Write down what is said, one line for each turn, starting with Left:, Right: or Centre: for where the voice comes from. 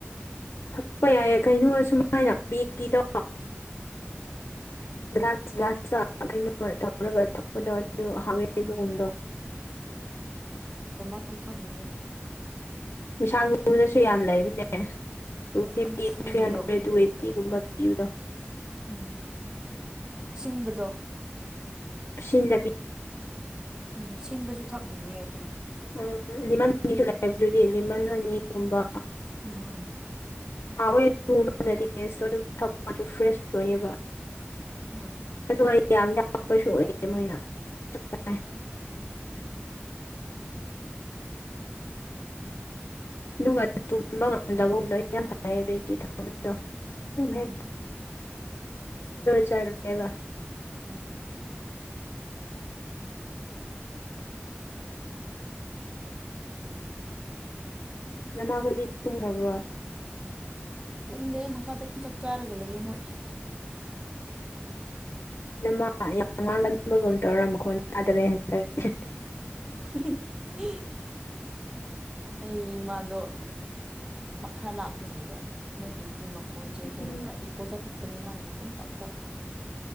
Left: ꯊꯛꯄ ꯌꯥꯏꯦ ꯀꯩꯅꯣ ꯁꯨꯃꯥꯏꯅ ꯄꯦꯛꯀꯤꯗꯣ ꯭ꯂꯥꯁ ꯭ꯂꯥꯁ ꯀꯩꯅꯣ ꯍꯧꯔꯒ ꯊꯛꯄꯗ ꯑꯗꯨ ꯍꯋꯦ ꯑꯗꯨꯒꯒꯨꯝꯗꯣ
Right: ꯎꯝ ꯊꯝꯍꯅꯤꯡꯉꯤ
Left: ꯃꯤꯁꯥꯡꯒꯨꯝꯕꯗꯁꯨ ꯌꯥꯝ ꯂꯩꯕꯅꯦ ꯇ ꯐꯤꯞꯇꯤ
Right: ꯑꯟꯐꯨꯒꯤꯗꯣ
Left: ꯊ꯭ꯔꯤ ꯍꯟꯗ꯭ꯔꯦꯠ ꯇꯨ ꯑꯩꯠꯇꯤꯒꯨꯝꯕ ꯄꯤꯌꯨꯅꯣ
Right: ꯎꯝ ꯑꯁꯤꯟꯕꯗꯣ
Left: ꯁꯤꯁꯤꯡꯖ
Right: ꯎꯝ ꯁꯤꯟꯕꯁꯨ ꯊꯛꯅꯤꯡꯉꯤ ꯍꯥꯏ
Left: ꯎꯝ ꯂꯤꯃꯟ ꯍꯁꯨ ꯂꯥꯛꯑꯦꯕ ꯑꯗꯨꯗꯤ ꯂꯤꯃꯟ ꯍꯅꯤꯒꯨꯝꯕ
Right: ꯎꯝ
Left: ꯑ ꯍꯣꯏ ꯇꯨꯃꯅꯗꯤꯦꯁꯇꯣ ꯑꯗꯨꯝ ꯊꯁꯨ ꯐ꯭ꯔꯦꯁ ꯊꯣꯛꯑꯦꯕ
Right: ꯍꯣꯏ
Left: ꯑꯗꯨ ꯑꯩ ꯌꯥꯝ ꯌꯥꯔꯛꯄꯁꯨ ꯑꯩ ꯃꯣꯏꯅ ꯆꯥꯏ ꯅꯨꯡ ꯇꯨꯝꯕ ꯉꯝꯗꯕꯒꯨꯝꯗꯣ ꯌꯥꯝ ꯐꯖꯩꯌꯦ ꯒ꯭ꯔꯤꯟ ꯇꯤ ꯊꯗꯣ ꯇꯦꯛ
Right: ꯎꯝ
Left: ꯖꯔ ꯆꯕ
Right: ꯎꯝ
Left: ꯅꯃꯥꯈꯣꯏꯗꯤ ꯇꯨꯝꯈ꯭ꯔꯕ꯭ꯔꯣ
Right: ꯇꯨꯝꯗꯦ ꯃꯈꯥ ꯇ ꯆꯥꯛ ꯆꯥꯔꯒ ꯂꯩꯌꯦ ꯃꯣꯏ
Left: ꯑꯦ ꯅꯃ ꯌꯥꯝ ꯉꯥꯡꯅꯅꯕꯒꯨꯝ ꯇꯧꯔ ꯃꯈꯣꯟ ꯇꯥꯗ꯭ꯔꯩ ꯍꯟꯗꯛꯦ
Right: <unintelligible> ꯑꯩꯃꯗ ꯈꯔ ꯂꯥꯞꯅ ꯂꯩꯕ ꯑꯗꯨꯠꯇꯗꯤ ꯃꯈꯣꯟꯁꯦꯀꯣ
Left: ꯎꯝ
Right: ꯄꯨꯔꯥ ꯏꯀꯣ ꯆꯠꯂꯄꯅꯤ ꯃꯥꯏ ꯃꯈꯣꯟ ꯀꯛꯇ